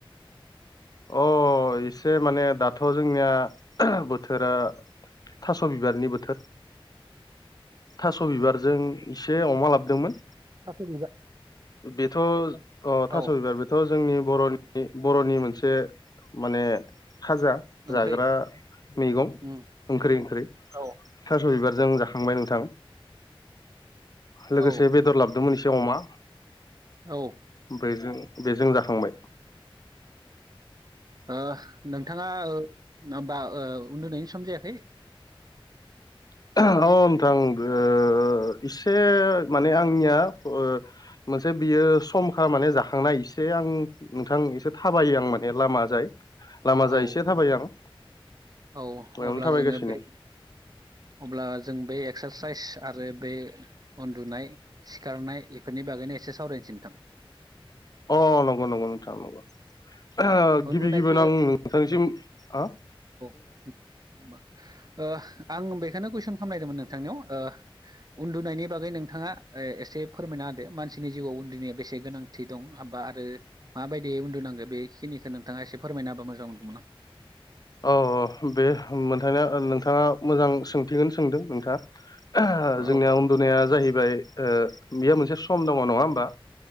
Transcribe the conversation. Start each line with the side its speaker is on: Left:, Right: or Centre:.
Left: अ इसे माने दाथ' जोंनिया <unintelligible> बोथोरा थास' बिबारनि बोथोर थास' बिबारजों इस से अमा लाबदोंमोन
Right: थास' बिबार
Left: बेथ' ज अ थास'
Right: औ
Left: बिबार बोथ' ज जोंनि बर'नि बर'नि मोनसे माने खाजा
Right: ओंख्रै
Left: जाग्रा मेगं
Right: उम
Left: ओंख्रै ओंख्रै
Right: औ
Left: थास' बिबार जों जाखांबाय नोंथां लोगोसे
Right: औ
Left: बेदर लाबदोंमोन एस <unintelligible> अमा
Right: औ।
Left: बेजों बेजों जाखांबाय।
Right: ओह नोंथाङा ओ <unintelligible> माब्बा उन्दुनायनि सम जायाखै?
Left: <unintelligible> अ नोंथां गो <unintelligible> इसे माने आंनिया ओ मोनसे बियो समखा माने जाखांनाय इसे आं नोंथां इसे थाबायो आं माने लामाजाय लामाजा
Right: औ
Left: इसे थाबायो आं
Right: औ
Left: बयावनो
Right: अब्ला
Left: थाबायगासिनो
Right: जोङो बे अब्ला ज जों बे एक्सासाइस आरो बे उन्दुनाय सिखारनाय इफोरनि बागैनो एसे सावराय <unintelligible> सै नोंथां
Left: अ नंगौ नंगौ नोंथां नंगौ। ओहो
Right: उन्दुनायखौ
Left: गिबि गिबियावनो आं नोंथांनिसिम आ
Right: अह उम ओह आं बेखायनो कुइसन खामनायदोंमोन नोंथांनियाव ओह उन्दुनायनि बागै नोंथाङा ओ एसे फोरमायना होदो मानसिनि जिउआव उन्दुनाया बेसे गोनांथि दं आ <unintelligible> बा आरो माबायदियै उन्दुनांगो बेखिनिखो नोंथाङा एसे फोरमायना होबा मोजां मोनगौमोन आं
Left: औ अह बे होम मोनथांनिया ओ नोंथाङा मोजां सोंथिखोनो सोंदो नोंथाङा ओहो जोंनिया
Right: औ
Left: उन्दुनाया जाहैबाय ओ बेयो मोनसे सम दङ' नङा होमबा